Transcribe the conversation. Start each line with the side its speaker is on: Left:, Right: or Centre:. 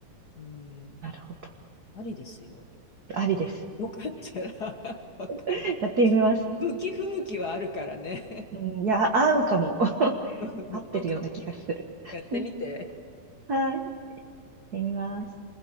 Left: う。うん。
Right: なるほど。
Left: ありですよ。
Right: ありです。
Left: よかったら <laughs> わかんない。
Right: <laughs> やってみます。
Left: 向き不向きはあるからね。
Right: うん、いや、合うかも。<laughs>
Left: <laughs>
Right: 合ってるような気がする。
Left: そうかもね。やってみて。
Right: うん、はい。やってみます。